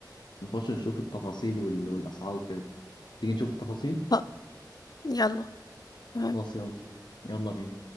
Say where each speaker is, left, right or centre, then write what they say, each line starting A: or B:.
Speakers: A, on the left (about 75°); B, on the left (about 60°).
A: نخش نشوف التفاصيل وال... والأسعار وكده تيجي نشوف التفاصيل
B: ف- يلا تمام.
A: خلاص يلا يلا بينا